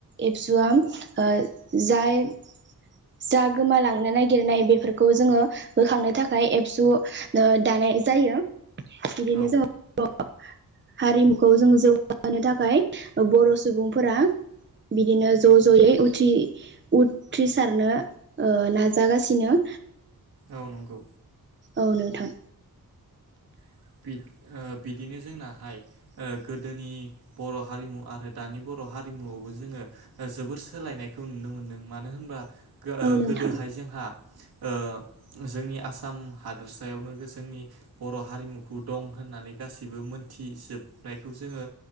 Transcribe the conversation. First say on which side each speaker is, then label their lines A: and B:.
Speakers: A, on the right; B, on the right.
A: एबसुआ ओ जाय जा गोमालांनो नागिरनाय बेफोरखौ जोङो बोखांनो थाखाय एबसु ओ दानाय जायो बिदिनो
B: औ
A: जोङो बर' <unintelligible> हारिमुखौ जों जौगा थाखाय बर' सुबुंफोरा बिदिनो ज' ज'यै उथ्रि उथ्रिसारनो ओ नाजागासिनो
B: औ नंगौ
A: औ नोंथां
B: ओ बिदिनो जोंनाहाय ओ गोदोनि बर' हारिमु आरो दानि बर' हारिमुआवबो जोङो जोबोर सोलायनायखौ नुनो मोनदों मानो होनबा ओ
A: औ नोंथां
B: गोदोहाय जोंहा ओ जोंनि आसाम हादोरसायावनो जोंनि बर' हारिमु खौ दं होननानै गासैबो मोनथिजोबनायखौ जोङो